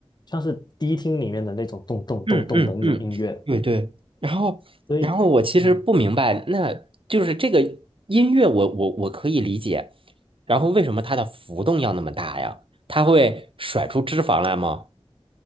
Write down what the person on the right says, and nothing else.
嗯嗯嗯，对对。然后，
然后我其实不明白，
那就是这个音乐我，我我可以理解。然后为什么它的浮动要那么大呀？它会甩出脂肪来吗？